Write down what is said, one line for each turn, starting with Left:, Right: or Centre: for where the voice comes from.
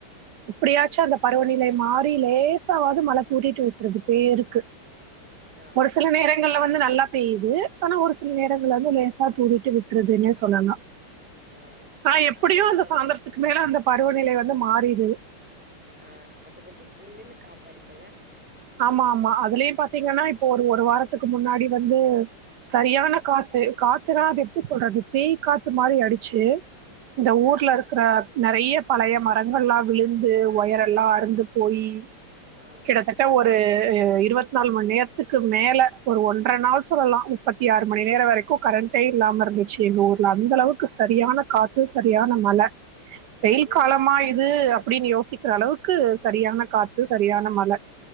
Right: எப்டியாச்சு
Centre: ம்
Right: அந்த பருவநிலை மா றி லேசாவாது மழ தூறிட்டு விட்ருது பேருக்கு
Centre: ஆ
Right: ஒரு சில நேரங்கள்ல வந்து நல் லா பேயுது ஆனா ஒரு சில நேரங்கள வந்து லேசா தூறிட்டு விட்ருதுன்னே
Centre: எஸ்
Right: சொல்லலா
Centre: ஆ
Right: ஆனா எப்டியு
Centre: அப்ப கொஞ்ச
Right: அந்த
Centre: நல்லா
Right: சாயந்தரத்துக்கு மேல அந்த பருவநிலை வந்து மாறிருது
Centre: ஆ அப்ப கொஞ்சோ சில்லுனு காத்தடிக்குல
Right: ஆமா ஆமா அதுலயு பாத்திங்கனா இப்போ ஒரு ஒரு வாரத்துக்கு முன்னாடி வந்து சரியான
Centre: சரிங்க
Right: காத்து காத்துனா அது எப்டி சொல்றது பேய் காத்து மாரி அடிச்சு இந்த
Centre: நல்லது
Right: ஊர்ல இருக்குற நெறைய பழைய மரங் கள்லா விழுந்து
Centre: ஆ
Right: ஒயரெல்லா அறுந்து போயி
Centre: ஆ
Right: கிட்டத்தட்ட ஒரு அ இருவத் நாலு மண் நேரத்துக்கு மேல ஒரு ஒன்ற நாள் சொல்லலா முப்பத்தி ஆறு மணி நேரோ வரைக்கு கரண்ட்டே இல்லாம இருந்துச்சு எங்க ஊர்ல அந்த அளவுக்கு சரியான காத்து சரியான மழ வெயில்
Centre: அவ்ளோ
Right: காலமா
Centre: நேரம்
Right: இது அப்டின் யோசிக்கற அளவுக்கு சரியான காத்து சரியான மழ